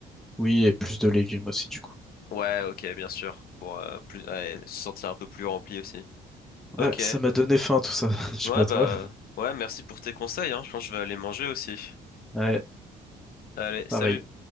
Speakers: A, in the centre; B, on the left.
A: oui, et plus de légumes aussi, du coup.
B: Ouais, ok, bien sûr. Pour euh, plus, ouais, se sentir un peu plus rempli aussi.
A: Ouais,
B: Ok.
A: ça m'a donné faim tout ça. <laughs> Je sais
B: Ouais,
A: pas
B: bah,
A: toi.
B: ouais, merci pour tes conseils, hein. Je pense que je vais aller manger aussi.
A: Ouais,
B: Allez,
A: pareil.
B: salut.